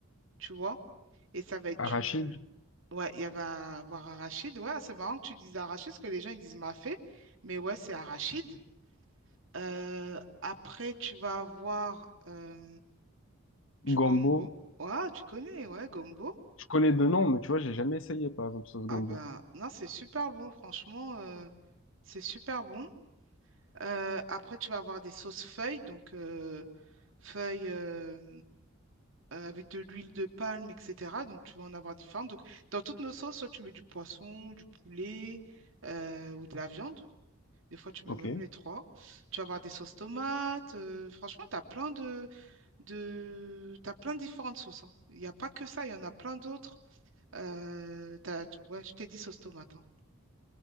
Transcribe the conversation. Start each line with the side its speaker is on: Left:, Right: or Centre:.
Right: tu vois, et ça va être
Left: Arachide,
Right: du, ouais, il y va avoir arachide. Ouais, c'est marrant que tu dises arachide, parce que les gens ils disent mafé, mais ouais, c'est arachide. Euh, après, tu vas avoir euh, du
Left: gombo.
Right: gombo. Ouais, tu connais, ouais, gombo.
Left: Je connais deux noms, mais tu vois, j'ai jamais essayé, par exemple, sauce
Right: Ah
Left: gombo.
Right: ben, non, c'est super bon, franchement, euh, c'est super bon. Euh, après, tu vas avoir des sauces feuilles, donc euh, feuilles euh, euh, avec de l'huile de palme, etc. Donc, tu vas en avoir différentes. Donc, dans toutes nos sauces, soit tu mets du poisson, du poulet euh, ou de la viande. Des fois, tu
Left: Ok.
Right: mets même les trois. Tu vas avoir des sauces tomates. euh, franchement, tu as plein de... de... T'as plein de différentes sauces, hein. Il n'y a pas que ça, il y en a plein d'autres. Euh, t'as- Ouais, je t'ai dit sauce tomate, hein.